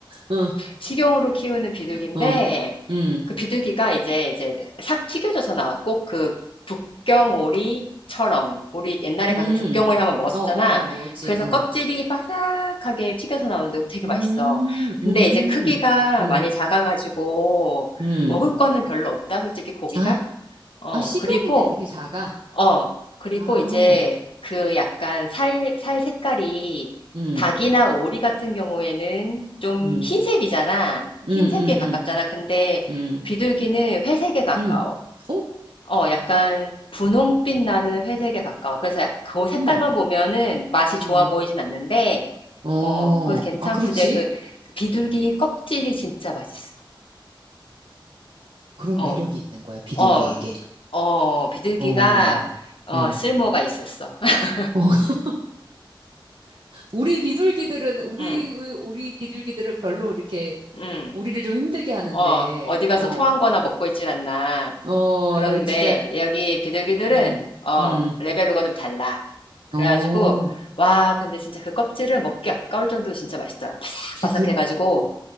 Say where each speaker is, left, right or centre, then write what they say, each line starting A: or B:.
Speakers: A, on the right (about 75°); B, on the left (about 80°).
A: <laughs> 어,
B: 식용으로 키우는 비둘기인데
A: 어, 음,
B: 그 비둘기가 이제 이제 싹 튀겨져서 나왔고 그 북경오리처럼 우리 옛날에
A: 음,
B: 가서 북경오리 한번 먹었었잖아.
A: 어, 어, 어, 뭐지,
B: 그래서
A: 어,
B: 껍질이 바삭하게 튀겨서 나오는데 되게
A: 음,
B: 맛있어. 근데
A: 음,
B: 이제 크기가
A: 음,
B: 많이 작아가지고
A: 음.
B: 먹을 거는 별로 없다. 솔직히 고기가.
A: 아,
B: 어,
A: 아, 식용인데
B: 그리고
A: 그렇게 작아?
B: 어, 그리고
A: 아,
B: 이제 그 약간 살, 살 색깔이
A: 음,
B: 닭이나 오리 같은 경우에는 좀
A: 음,
B: 흰색이잖아. 흰색에
A: 음, 음,
B: 가깝잖아. 근데
A: 음, 음,
B: 비둘기는 회색에 가까워.
A: 음. 어?
B: 어, 약간 분홍빛 나는 회색에 가까워. 그래서 약- 그 색깔만
A: 어머,
B: 보면은 맛이 좋아
A: 음.
B: 보이진 않는데,
A: 어,
B: 어, 그래서 괜찮고,
A: 아, 그렇지.
B: 근데 그 비둘기 껍질이 진짜 맛있어.
A: 그런
B: 어,
A: 매력이
B: 그-
A: 있는 거야, 비둘기에게.
B: 어, 어, 비둘기가,
A: 어,
B: 어,
A: 음.
B: 쓸모가 있었어. <laughs>
A: 어, <laughs> 우리 비둘기들은, 우리,
B: 응,
A: 우리 비둘기들은 별로 이렇게,
B: 응.
A: 우리를 좀 힘들게 하는데,
B: 어, 어디 가서
A: 어,
B: 토한 거나 먹고 있질 않나.
A: 어,
B: 그러는데
A: 나 진짜,
B: 여기 비둘기들은
A: 음,
B: 어,
A: 음,
B: 레벨로가 좀 달라. 그래가지고
A: 어,
B: 와, 근데 진짜 그 껍질을 먹기 아까울 정도로 진짜 맛있더라. 바삭바삭해가지고
A: 그, 그,